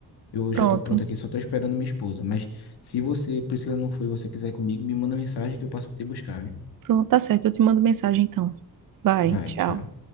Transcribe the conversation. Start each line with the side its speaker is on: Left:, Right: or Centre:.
Left: Eu já
Right: pronto.
Left: estou pronto aqui, só estou esperando minha esposa. Mas se você, Priscila, não foi e você quiser ir comigo, me manda mensagem que eu passo para te buscar, viu?
Right: Pronto, tá certo. Eu te mando mensagem então. Vai,
Left: Vai,
Right: tchau.
Left: tchau.